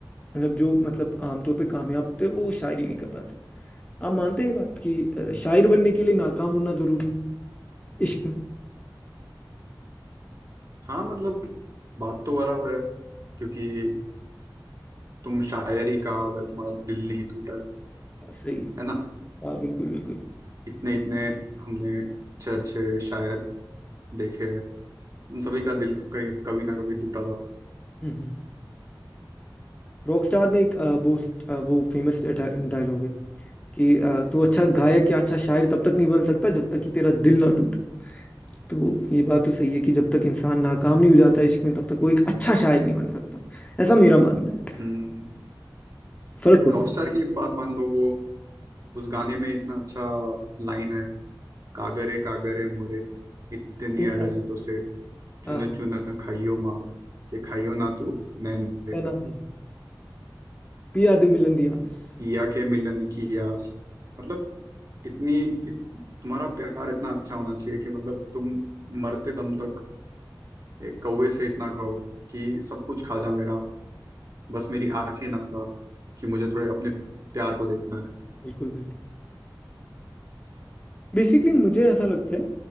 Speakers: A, on the left; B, on the right.
A: मतलब जो मतलब आमतौर पे कामयाब होते हैं वो शायरी नहीं कर पाते आप मानते हैं ये बात कि अ, शायर बनने के लिए नाकाम होना जरूरी है इश्क में
B: हाँ मतलब बात तो बराबर है क्योंकि तुम शायरी का अगर तुम्हारा दिल नहीं टूटा है
A: सही
B: है ना
A: हाँ बिल्कुल बिल्कुल
B: इतने इतने हमने अच्छे अच्छे शायर देखे हैं उन सभी का दिल तो कहीं- कभी ना कभी टूटा था
A: हम्म रॉकस्टार में एक अ, वो अ, वो फेमस डायलॉग है कि अ, तो अच्छा गायक या अच्छा शायर तब तक नहीं बन सकता जब तक कि तेरा दिल ना टूटे तो ये बात तो सही है कि जब तक इंसान नाकाम नहीं हो जाता इश्क में तब तक वो एक अच्छा शायर नहीं बन सकता ऐसा मेरा मानना है
B: हम्म,
A: फर्क हो सकता
B: रॉकस्टार की बात मान लो वो उस गाने में इतना अच्छा लाइन है कागरे कागरे मोरे इतनी
A: है
B: अरज तो से
A: हाँ
B: चुन चुन खाइयो माँ के खाइयो ना तू नैन रे
A: है ना मेरे पिया दे मिलन दियास
B: पिया के मिलन की आस मतलब इतनी इत, तुम्हारा प्यार इतना अच्छा होना चाहिए कि मतलब तुम मरते दम तक एक कौवे से इतना कहो कि सब कुछ खा जा मेरा बस मेरी आंखें ना खा कि मुझे थोड़े अपने प्यार को देखना है
A: बिल्कुल बिल्कुल बेसिकली मुझे ऐसा लगता है